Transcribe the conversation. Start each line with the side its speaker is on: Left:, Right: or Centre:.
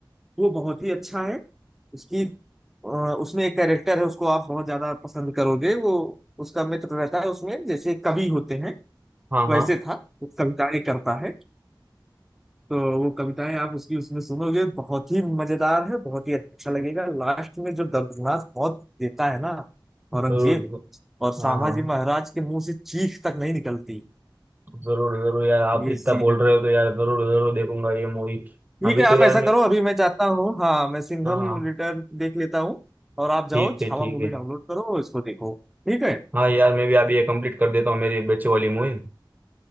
Centre: वो बहुत ही अच्छा है उसकी अ, उसमें एक कैरेक्टर है उसको आप बहुत ज्यादा पसंद करोगे वो उसका मित्र रहता है उसमें जैसे कवि होते हैं
Right: हाँ हाँ
Centre: वैसे था वो कविताएं करता है तो वो कविताएं आप उसकी उसमें सुनोगे बहुत ही मजेदार है बहुत ही अच्छा लगेगा लास्ट में जो दर्दनाक मौत देता है ना औरंगजेब
Right: जरूर
Centre: और संभाजी
Right: हाँ हाँ
Centre: महाराज के मुंह से चीख तक नहीं निकलती
Right: जरूर जरूर यार आप
Centre: ये
Right: इतना
Centre: सीन
Right: बोल
Centre: है
Right: रहे
Centre: भाई
Right: हो तो यार जरूर जरूर देखूंगा ये मूवी
Centre: ठीक
Right: अभी
Centre: है
Right: तो
Centre: आप
Right: यार
Centre: ऐसा
Right: मैं
Centre: करो अभी मैं जाता हूँ हाँ मैं सिंघम
Right: हाँ
Centre: रिटर्न देख लेता हूँ और आप जाओ
Right: ठीक
Centre: छावा
Right: है ठीक
Centre: मूवी
Right: है
Centre: डाउनलोड करो इसको देखो ठीक है
Right: हाँ यार मैं भी अभी ये कंप्लीट कर देता हूँ मेरी बच्चों वाली मूवी